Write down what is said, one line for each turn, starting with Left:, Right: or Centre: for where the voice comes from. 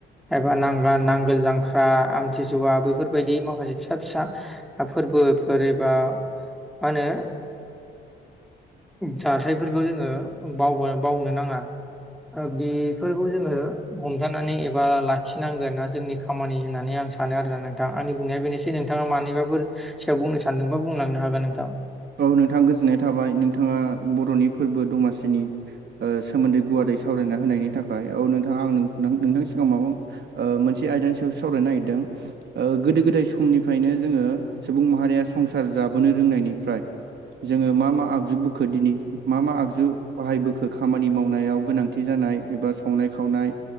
Centre: एबा नांग नांगोल जांख्रा आमथि जुवा बेफोरबायदि माखासे फिसा
Right: औ नोंथां
Centre: फिसा फोरबोफोर एबा मा होनो जाथायफोरखौ जोङो बाव बावनो नाङा। ओ बेफोरखौ जोङो हमथानानै एबा लाखिनांगोना जोंनि खामानि होननानै आं सानो आरोना नोंथां आंनि बुंनाया बेनोसै नोंथाङा मानिबाफोर सायाव बुंनो सानदोंबा बुंलांनो हागोन नोंथां।
Right: औ नोंथाङा गोजोननाय थाबाय नोंथाङा बर'नि फोरबो दमासिनि सोमोन्दै गुवारै सावरायना होनायनि थाखाय। औ नोंथां आं नों नोंथांनि सिगांआव माबा मोनसे ओ आयदानि सायावसो सावरायनो नागिरदों। ओ गोदो- गोदाय समनिफ्रायनो जोङो सुबुं माहारिया संसार जाबोनो रोंनायनिफ्राय जोङो मा मा आगजु खो दिनै मा मा आगजु बाहाय बखो खामानि मावनायाव गोनांथि जानाय एबा संनाय खावनाय